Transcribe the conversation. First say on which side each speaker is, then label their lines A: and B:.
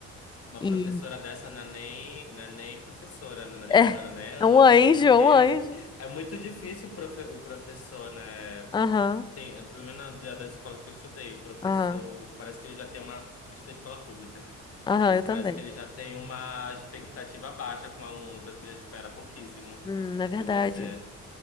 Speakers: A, on the left; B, on the left.
A: Uma
B: E
A: professora dessa não é nem, não é nem professora, não
B: <laughs>
A: é nem
B: é
A: humana, né? Anjo,
B: um anjo,
A: porque
B: é um anjo.
A: <laughs> é muito difícil o, profe- o professor, né?
B: Aham,
A: Tem, é, pelo menos na, da- das escolas que eu estudei, o professor
B: aham,
A: parece que ele já tem uma. Eu estudei escola pública, né?
B: aham,
A: Às vezes
B: eu também.
A: parece que ele já tem uma expectativa baixa com o aluno, parece que já espera pouquíssimo
B: Hum, é verdade.
A: de você.